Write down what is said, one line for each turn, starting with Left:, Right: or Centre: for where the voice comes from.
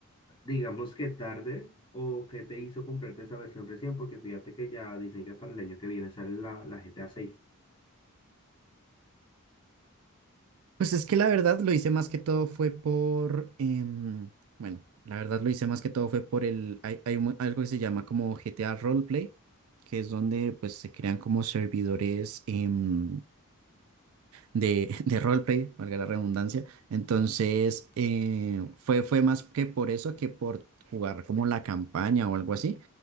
Left: digamos que tarde o que te hizo comprarte esa versión recién, porque fíjate que ya dicen que para el año que viene sale la, la GTA seis
Right: Pues es que la verdad lo hice más que todo fue por, em, bueno, la verdad lo hice más que todo fue por el, hay, hay un- algo que se llama como GTA Roleplay, que es donde pues se crean como servidores em, de, <laughs> de roleplay, valga la redundancia. Entonces, eh, fue, fue más que por eso que por jugar como la campaña o algo así.